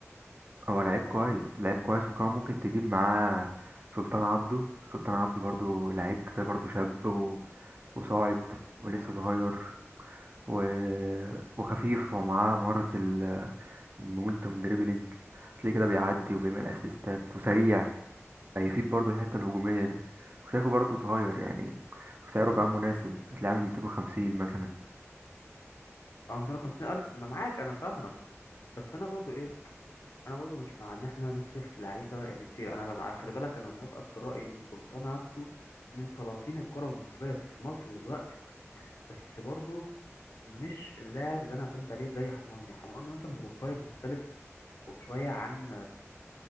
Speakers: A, on the right (about 40°); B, on the left (about 75°).
A: هو
B: انت
A: لعيب
B: فاهمني
A: كويس لعيب كويس وكمان ممكن تجيب معاه سلطان عبده سلطان عبده برضو لعيب كده برضو شاب و... وصاعد ولسه صغير و... وخفيف ومعاه مهارة ال- المومنتوم دريبلينج هتلاقيه كده بيعدي وبيعمل اسيستات وسريع هيفيد برضو الحتة الهجومية دي وشايفه برضو صغير يعني وسعره كمان مناسب هتلاقيه عامل 250 مثلا
B: اه 250 الف انا معاك انا فاهمك بس انا برضو ايه انا برضو مش مع ان احنا نصرف في لعيبه ان كتير انا مع- خلي بالك انا موافقك في الراي ان سلطان عبده من سلاطين الكره المصريه في مصر دلوقتي بس برضو مش اللاعب اللي انا اعتمد عليه زي حماني حماني مثلا بروفايل مختلف كو- شويه عن